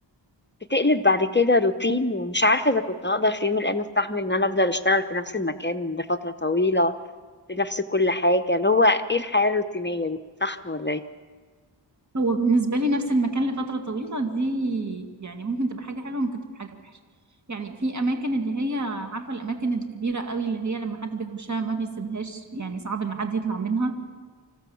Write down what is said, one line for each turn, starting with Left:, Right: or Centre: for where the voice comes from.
Left: بتقلب بعد كده روتين ومش عارفة إذا كنت هقدر في يوم من الأيام أستحمل إن أنا أفضل أشتغل في نفس المكان لفترة طويلة بنفس كل حاجة اللي هو إيه الحياة الروتينية دي صح ولا إيه؟
Right: هو بالنسبة لي نفس المكان لفترة طويلة دي يعني ممكن تبقى حاجة حلوة ممكن تبقى حاجة وحشة يعني في أماكن اللي هي عارفة الأماكن الكبيرة قوي اللي هي لما حد بيخشها ما بيسيبهاش يعني صعب إن حد يطلع منها